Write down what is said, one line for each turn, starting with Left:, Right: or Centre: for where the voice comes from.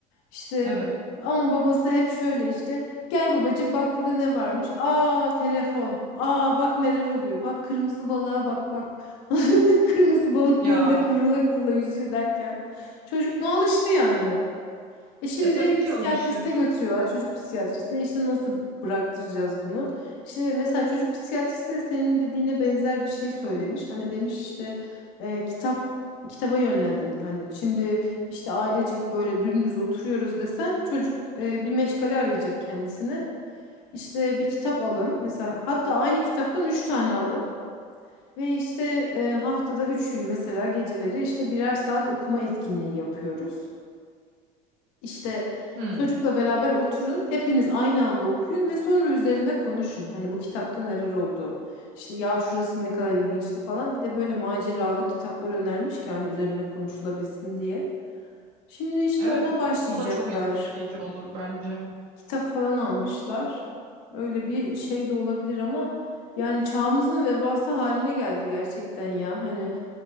Left: İşte
Right: Evet.
Left: ama babası hep şöyle işte Gel babacığım bak burada ne varmış. Aa telefon. Aa bak neler oluyor. Bak kırmızı balığa bak bak. <laughs> Kırmızı balık
Right: Ya,
Left: gölde kıvrıla kıvrıla yüzüyor derken. Çocuk ne alıştı yani. E şimdi
Right: e tabii
Left: psikiyatriste
Right: ki alışır.
Left: götürüyorlar çocuk psikiyatrisine. İşte nasıl bıraktıracağız bunu? İşte mesela çocuk psikiyatristi de senin dediğine benzer bir şey söylemiş. Hani demiş işte e, kitap kitaba yönlendirin. Hani şimdi işte ailecek böyle dümdüz oturuyoruz desen çocuk e, bir meşgale arayacak kendisine. İşte bir kitap alın. Mesela hatta aynı kitaptan 3 tane alın. Ve işte e, haftada 3 gün mesela geceleri işte birer saat okuma etkinliği yapıyoruz. İşte
Right: Hı.
Left: çocukla beraber oturun. Hepiniz aynı anda okuyun ve sonra üzerine konuşun. Hani bu kitapta neler oldu? İşte ya şurası ne kadar ilginçti falan. Bir de böyle maceralı kitaplar önermiş ki hani üzerine konuşulabilsin diye. Şimdi işte
Right: Evet,
Left: ona başlayacaklar.
Right: bu da çok etkileyici olur bence.
Left: kitap falan almışlar. Öyle bir şey de olabilir ama yani çağımızın vebası haline geldi gerçekten ya. Hani